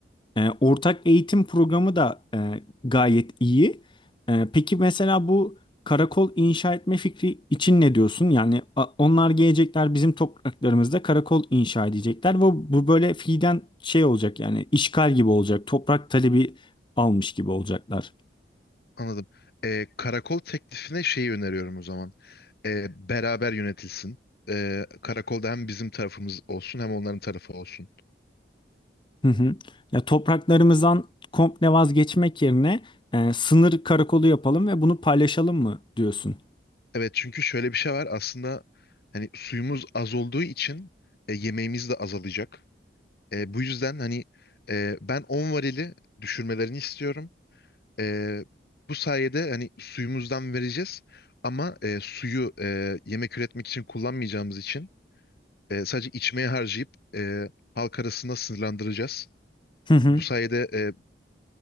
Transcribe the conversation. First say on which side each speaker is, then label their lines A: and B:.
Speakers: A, on the left (about 25°); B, on the left (about 55°).
A: E, ortak eğitim programı da e, gayet iyi. E, peki mesela bu karakol inşa etme fikri için ne diyorsun? Yani a- onlar gelecekler bizim topraklarımızda karakol inşa edecekler ve bu böyle fiilen şey olacak yani işgal gibi olacak. Toprak talebi almış gibi olacaklar.
B: Anladım. Ee, karakol teklifine şeyi öneriyorum o zaman. Ee, beraber yönetilsin. Ee, karakolda hem bizim tarafımız olsun hem onların tarafı olsun.
A: Hı hı. Ya topraklarımızdan komple vazgeçmek yerine e, sınır karakolu yapalım ve bunu paylaşalım mı diyorsun?
B: Evet çünkü şöyle bir şey var aslında hani suyumuz az olduğu için e, yemeğimiz de azalacak. E, bu yüzden hani e, ben 10 varili düşürmelerini istiyorum. Ee, bu sayede hani suyumuzdan vereceğiz ama e, suyu e, yemek üretmek için kullanmayacağımız için e, sadece içmeye harcayıp e, halk arasında sınırlandıracağız.
A: <laughs>
B: Bu sayede e,